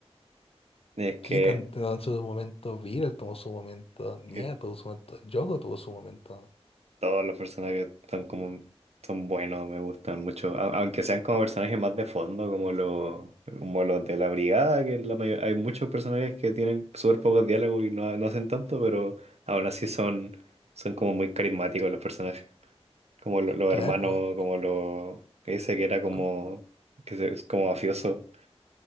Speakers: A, on the right; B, on the left.
A: Es que,
B: Kitan tuvo su momento, Viral tuvo su momento, Nia
A: que
B: tuvo su momento, Yoko tuvo su momento.
A: todos los personajes son como son buenos, me gustan mucho, A- aunque sean como personajes más de fondo, como los como los de la brigada, que la mayor- hay muchos personajes que tienen súper pocos diálogos y no, no hacen tanto, pero aún así son son como muy carismáticos los personajes, como lo- los
B: Claro,
A: hermanos,
B: weón,
A: como los que dice que era como
B: como-
A: que se- es como mafioso,